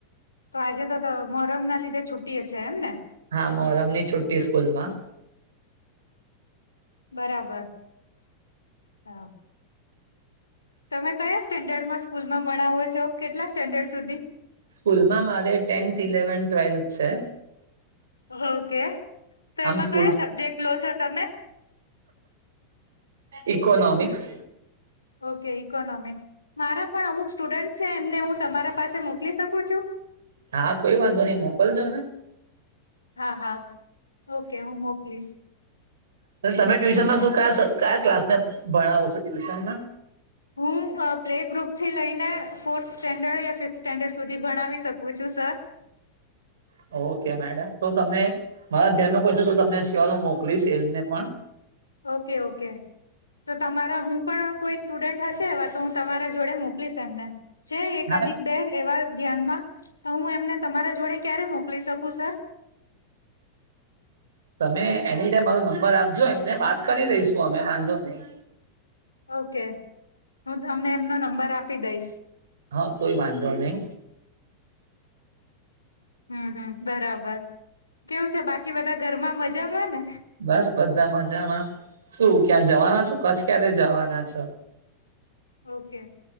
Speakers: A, on the left (about 80°); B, on the right (about 65°).
A: તો આજે તો તો મોરહમ ના લીધે છુટી હશે એમ ને
B: હા મોહરમની છુટ્ટી સ્કૂલમાં
A: બરાબર હા તમે કયા સ્ટેન્ડર્ડમાં સ્કૂલમાં ભણાવો છો કેટલા સ્ટેન્ડર્ડ સુધી
B: સ્કૂલમાં મારે ટેન્થ ઇલેવન્ ટ્વેલ્થ છે
A: હુંઓકે તો
B: આમ
A: એમાં
B: સ્કૂલ
A: કયા સબ્જેક્ટ લો છો તમે
B: ઇકોનોમિક્સ
A: ઓકે ઈકોનોમિક્સ મારા પણ અમુક સ્ટુડન્ટ છે એમને હું તમારા પાસે મોકલી શકું છું
B: હા કોઈ વાંધો નઈ મોકલજો ને
A: હા હા ઓકે હું મોકલીશ
B: તો તમે ટ્યુશનમાં શું કાસ કયા ક્લાસને ભણાવો છો ટ્યુશનમાં
A: હું પ્લે ગ્રુપ થી લઈને ફોર્થ સ્ટેન્ડર્ડ યા ફિફ્થ સ્ટેન્ડર્ડ સુધી ભણાવી શકું છું સર
B: હમ ઓકે મેડમ તો તમને મારા ધ્યાન નુપુછીશ તો તમને શ્યોર હું મોકલીશ એમને પણ
A: ઓકે ઓકે તો તમારા હું પણ કોઈ સ્ટુડન્ટ હશે એવા તો હું તમારા જોડે મોકલીશ એમને છે એકાધિક
B: હા
A: બે એવા ધ્યાનમાં તો હું એમને તમારા જોડે ક્યારે મોકલી શકું સર
B: તમે એની જે મારો નબર આપજો એમને વાત કરી રહીશું અમે વાંધો નહી
A: ઓકે હું અમને એમનો નંબર આપી દઈશ
B: હા કોઈ વાંધો નહી
A: હમ હમ બરાબર કેવું છે બાકી બધા ઘરમાં મજામાં ને
B: બસ બધા મજામાં શું ક્યાં જવાના છું કચ્છ ક્યારે જવાના છો <unintelligible>
A: ઓકે